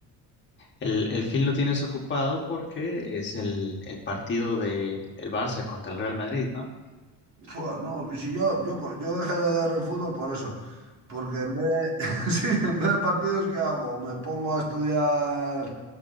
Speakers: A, on the left (about 30°); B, on the right (about 50°).
A: El, el fin lo tienes ocupado porque es el, el partido de el Barça contra el Real Madrid, ¿no?
B: Fua, no, pues si yo, yo, yo dejé de ver el fútbol por eso. Porque en vez de, <laughs> sí, en vez de partidos, ¿qué hago? O me pongo a estudiar